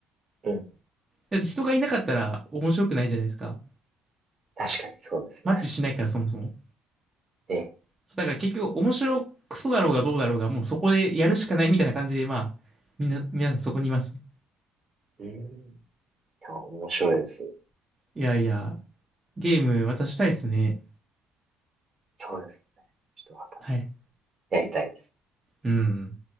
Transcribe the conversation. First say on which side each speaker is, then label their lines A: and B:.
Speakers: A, on the right; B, on the right.
A: る。うん。
B: だって人がいなかったら面白くないじゃないですか。
A: 確かにそうですね。
B: マッチしないからそもそも。
A: ええ。
B: そうだから結局面白くそだろうがどうだろうが、もうそこでやるしかないみたいな感じで、まあ、みんな、皆さんそこにいますね。
A: うん。いや面白いです。
B: いやいや、ゲームまたしたいっすね。
A: そうですね。ちょっとま
B: はい。
A: たやりたいです。
B: うん。